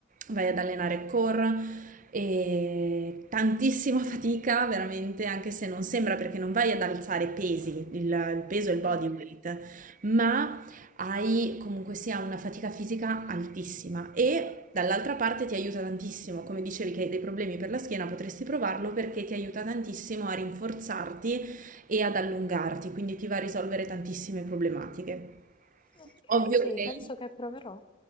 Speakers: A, on the right (about 45°); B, on the left (about 25°).
A: vai ad allenare core e tantissima fatica veramente anche se non sembra perché non vai ad alzare pesi, il, il peso e il body
B: Mm,
A: weight, ma hai comunque sia una fatica fisica altissima e dall'altra parte ti aiuta tantissimo, come dicevi che hai dei problemi per la schiena, potresti provarlo perché ti aiuta tantissimo a rinforzarti e ad allungarti, quindi ti va a risolvere tantissime problematiche.
B: Ok,
A: Ovvio
B: sì,
A: che
B: penso che proverò.